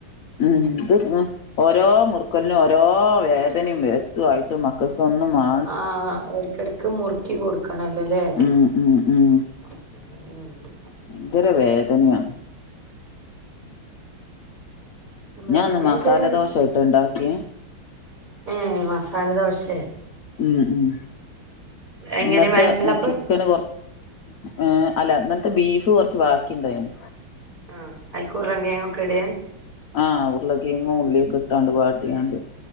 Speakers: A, on the left; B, on the right.
A: ഉം ഇത് ഓരോ മുറുക്കലിനും ഓരോ വേദനയും വ്യത്ത്തും ആയിട്ട് മ്മക്ക്. തൊന്നുമാ
B: ആഹ് എടക്കെടയ്ക്ക് മുറ്ക്കി കൊടുക്കണല്ലോല്ലേ?
A: ഉം ഉം ഉം
B: അങ്ങനെണ്ട്
A: ഭയങ്കര വേദനയാണ്
B: നമ്മള്
A: ഞാന്
B: വേദന
A: ഒന്ന് മസാല ദോശായിട്ട് ഇണ്ടാക്കിയ
B: ഏഹ് മസാല ദോശേ?
A: ഉം ഉം
B: എങ്ങനെ
A: ന്നട്ട്
B: വെള്ളപ്പം
A: ചിക്ക് ത്ത്ന് കൊറ ഏഹ് അല്ല ഇന്നൽത്തെ ബീഫ് കുറച്ച് ബാക്കിണ്ടായ്ണു
B: ആഹ് ആയിക്കൂറങ്കെയോക്കെട്
A: ആഹ് ഉരുളക്കെങ്ങും ഉള്ളിയൊക്കെ ഇട്ടാണ്ട് വാട്ടിയാണ്ട്